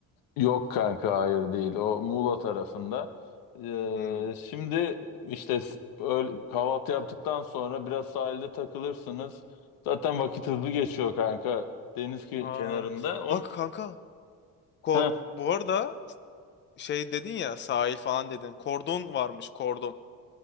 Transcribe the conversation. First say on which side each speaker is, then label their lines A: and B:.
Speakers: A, on the left; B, on the left.
A: Yok kanka hayır değil. O Muğla tarafında. Ee,
B: Hmm.
A: şimdi işte s- öğle- kahvaltı yaptıktan sonra biraz sahilde takılırsınız. Zaten vakit hızlı geçiyor kanka. Deniz ki-
B: Aa,
A: kenarında. On...
B: bak kanka. Ko
A: Heh.
B: bu arada şey dedin ya sahil falan dedin. Kordon varmış kordon.